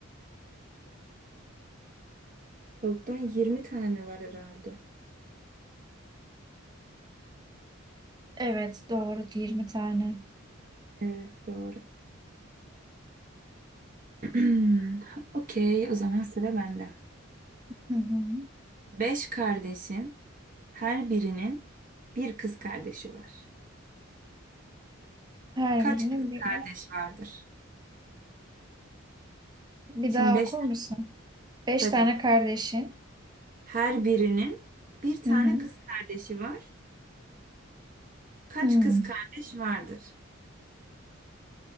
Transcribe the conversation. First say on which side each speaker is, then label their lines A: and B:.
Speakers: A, on the right; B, on the right.
A: Tavuktan 20 tane var herhalde.
B: Evet doğru 20 tane.
A: Evet doğru. <clears throat> Okey o zaman sıra bende.
B: Hı hı.
A: 5 kardeşin her birinin bir kız kardeşi var.
B: Her
A: Kaç
B: birini
A: kız
B: bir,
A: kardeş vardır?
B: bir
A: Şimdi
B: daha
A: 5
B: okur musun? Beş
A: tabii.
B: tane kardeşin.
A: Her birinin bir tane
B: Hı hı.
A: kız kardeşi var. Kaç
B: Hmm.
A: kız kardeş vardır?